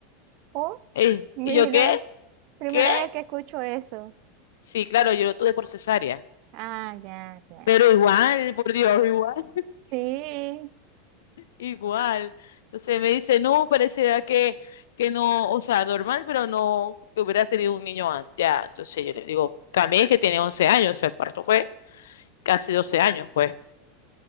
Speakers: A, on the right (about 55°); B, on the left (about 80°).
A: Oh,
B: Ey,
A: mira,
B: Y, yo, ¿qué?
A: primera
B: ¿Qué?
A: vez que escucho eso.
B: Sí, claro, yo lo tuve por cesárea.
A: Ah, ya, ya.
B: Pero igual, por Dios, igual, <laughs>
A: Sí,
B: igual. Entonces me dice, no, parecerá que, que no, o sea, normal, pero no, que hubieras tenido un niño antes. Ya, entonces yo le digo, también es que tiene 11 años, o sea, el parto fue casi 12 años, pues. O